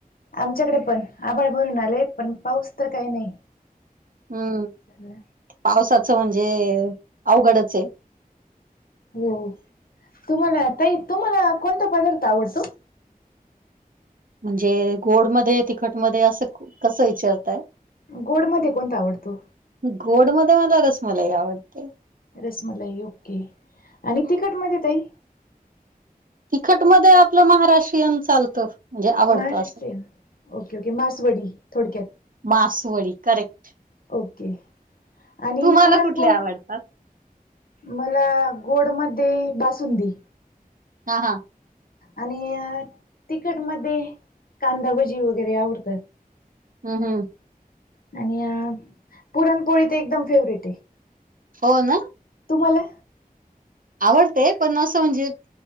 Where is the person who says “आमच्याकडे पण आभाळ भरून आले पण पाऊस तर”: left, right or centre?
Left